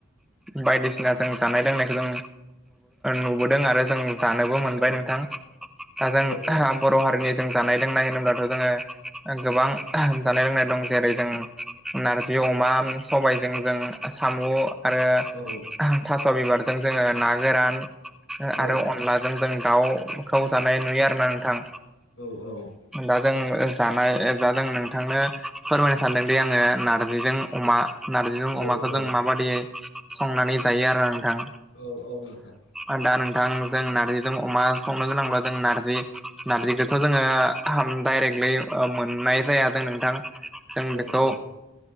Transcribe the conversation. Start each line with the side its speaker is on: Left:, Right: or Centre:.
Centre: बायदिसिना जों ज नायखौ जों नुबोदों आरो जों जानोबो मोनबाय
Left: औ
Centre: नोंथां दा जों
Left: औ
Centre: बर' हारिनि जों जानाय लोंनाय होनोब्लाथ' जोङो गोबां जानाय लोंनाय दं जेरै जों नारजि अमा सबायजों जों साम' आरो
Left: औ
Centre: थास' बिबारजों जोंङो ना गोरान
Left: औ
Centre: आरो अनलाजों जों दाउखौ जानाय नुयो आरोना नोंथां
Left: औ
Centre: दा जों जानाय दा जों नोंथांनो फोरमायनो सानदोंदि आंङो नारजिजों अमा नारजिजों
Left: औ
Centre: अमाखौ
Left: औ
Centre: जों माबादियै संनानै जायो आरो नोंथां
Left: औ नोंथां
Centre: आरो दा गोथां जों नारजिजों अमा संनो गोनांब्ला जों नारजि नारजि थ' जोंङो डाइरेक्टलि मोननाय जाया जों नोंथां जों
Left: औ
Centre: बेखौ
Left: औ